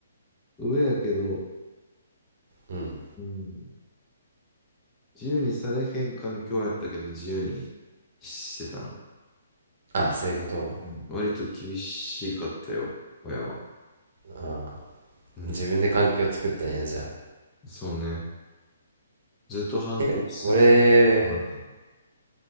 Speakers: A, on the left; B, on the right.
A: 上やけど、
B: うん。
A: うん。自由にされへん環境やったけど、自由にしてたな。
B: あ、そういうこと。
A: うん。割と厳しかったよ、親は。
B: あー、
A: うん。
B: 自分で環境作ったんや、じゃあ。
A: そうね。ずっと反抗し続けてもらった。
B: え、俺、